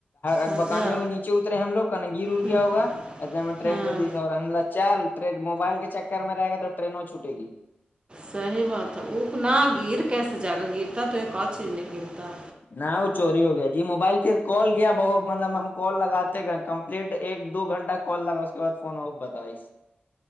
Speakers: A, on the left; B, on the right.
A: ا
B: مزہ
A: بکانے ہوئے نیچے اترے ہیں ہم لوگ کنگیر ار
B: ہاں
A: گیا ہوگا اتنے میں ٹرین
B: ہاں
A: دے دی اور چل ٹرین موبائل کے چکر میں رہے گا تو ٹرینوں چھوٹے گی
B: صحیح بات ہے اکنا گر کیسے جاگا گرتا تو ایک اور چیز نہیں گرتا
A: نہ وہ چوری ہو گیا جی موبائل پھر کال گیا بت مطلب کال لگاتے گ کمپلیٹ ایک دو گھنٹہ کال لگا اس کے بع فون بتائی